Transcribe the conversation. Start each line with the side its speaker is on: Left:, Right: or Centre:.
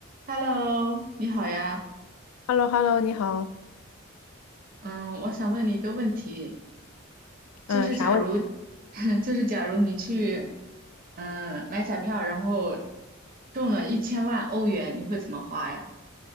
Right: Hello，你好呀。
Left: h e l l o h e l l o 你好。
Right: 嗯，我想问你一个问题，就是假如，
Left: 嗯，啥问题？
Right: <laughs> 就是假如你去，嗯，买彩票，然后中了一千万欧元，你会怎么花呀？